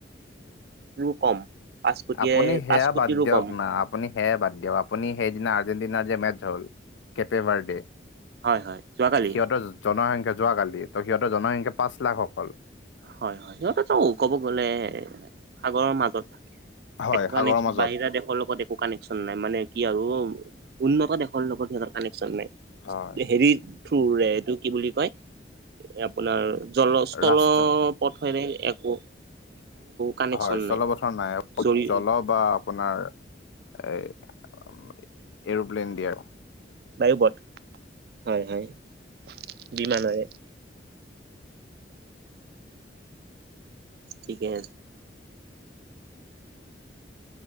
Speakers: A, on the right; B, on the left.
A: কম পাঁচ কোটিয়ে
B: আপুনি সেয়া
A: পাঁচ কোটিৰো
B: বাদ দিয়ক
A: কম
B: না আপুনি সেয়া বাদ দিয়ক আপুনি সেইদিনা আৰ্জেণ্টিনাৰ যে মেচ হ'ল কেপেভাৰডে
A: হয় হয় যোৱাকালি
B: সিহঁতৰ জনসংখ্যা যোৱাকালি ত সিহঁতৰ জনসংখ্যা পাঁচ লাখ অকল
A: হয় হয় সিহঁতেত কব গ'লে সাগৰৰ মাজত
B: হয়
A: একো
B: সাগৰৰ
A: কানেকন
B: মাজত
A: বাহিৰা দেশৰ লগত একো কানেকশ্যন নাই মানে কি আৰু উন্নত দেশৰ লগৰ সিহঁতৰ কানেকচন নাই
B: হয়
A: হেৰি থ্ৰুৰে এইটো কি বুলি কয় আপোনাৰ জল সল
B: ৰাস্তা
A: পথ হয় ন একো কানেকশ্যন
B: হয় চলপথাৰ
A: নাই।
B: নাই
A: জৰি
B: জল বা আপোনাৰ এৰোপ্লেন দিয়াৰ
A: বায়ুবট হয় হয় বিমানৰে ঠিকে